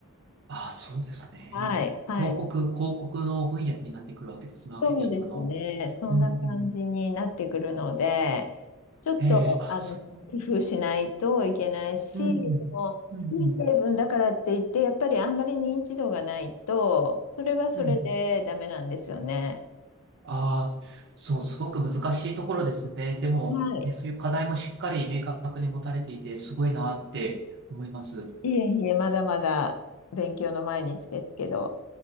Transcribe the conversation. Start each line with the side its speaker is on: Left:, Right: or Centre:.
Right: ああ、そうですね。
Left: はい、はい。
Right: 広告、広告の分野になってくるわけです。マーケティングの。
Left: そうですね。そんな感じになってくるので、
Right: うんうん。
Left: ちょっと、
Right: えー、あ、
Left: あの、
Right: そう。
Left: 工夫しないといけないし、
Right: うんうん。
Left: そ
Right: うんうん。
Left: の、いい成分だからって言って、やっぱりあんまり認知度がないと、それはそれでダメなんですよね。
Right: うん。ああ、そう、すごく難しいところですね。でも、
Left: はい。
Right: え、そういう課題もしっかり明確に持たれていて、すごいなって思います。
Left: いえいえ、まだまだ勉強の毎日ですけど。